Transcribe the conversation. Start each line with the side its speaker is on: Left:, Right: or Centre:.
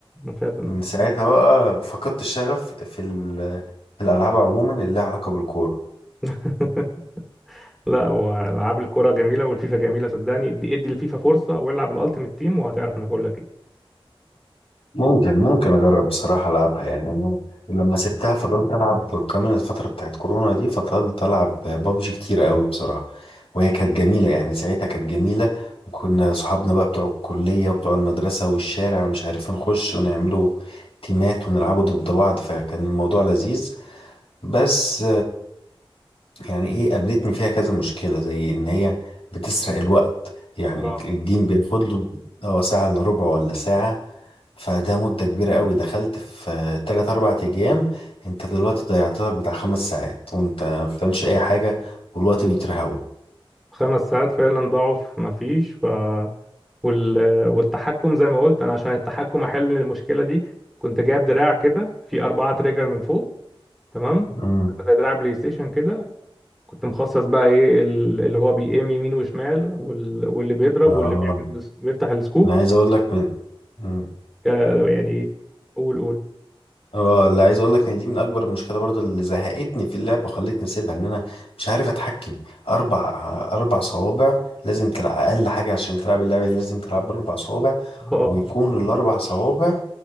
Centre: فعلا
Left: من ساعتها بقى فقدت الشغف في ال- في الألعاب عموما اللي لها علاقة بالكورة
Centre: <laughs> لا والعاب الكره جميله والفيفا جميله صدقني ادي ادي الفيفا فرصه والعب الالتيميت تيم وهتعرف انا بقول لك ايه
Left: ممكن ممكن أجرب بصراحة ألعبها يعني أنا لما سبتها فضلت ألعب كمان الفترة بتاعت كورونا دي فضلت ألعب بابجي كتير قوي بصراحة وهي كانت جميلة يعني ساعتها كانت جميلة وكنا صحابنا بقى بتوع الكلية وبتوع المدرسة والشارع ومش عارفين نخش ونعملوا تيمات ونلعبوا ضد بعض فكان الموضوع لذيذ بس يعني ايه قابلتني فيها كذا مشكلة زي ان هي بتسرق الوقت يعني
Centre: آه.
Left: الجيم بياخد له اه ساعة الا ربع ولا ساعة فده مدة كبيرة قوي دخلت في تلات اربع ايام انت دلوقتي ضيعت لك بتاع خمس ساعات وانت ما بتعملش اي حاجة والوقت بيترهوى
Centre: خمس ساعات فعلا ضاعوا في ما فيش ف وال... والتحكم زي ما قلت انا عشان التحكم احل المشكله دي كنت جايب دراع كده في اربعه تريجر من فوق تمام
Left: امم
Centre: زي دراع بلاي ستيشن كده كنت مخصص بقى ايه ال- اللي هو بيقيم يمين وشمال وال- واللي بيضرب
Left: اه
Centre: واللي بيعمل بيفتح السكوب
Left: انا عايز اقول لك من امم
Centre: آه، يعني قول قول
Left: اه اللي عايز اقول لك ان دي من اكبر المشكله برضو اللي زهقتني في اللعبه وخلتني اسيبها ان انا مش عارف اتحكم اربع اربع صوابع لازم تلعب اقل حاجه عشان تلعب اللعبه دي لازم تلعب باربع صوابع
Centre: <laughs> اه
Left: ويكون الاربع صوابع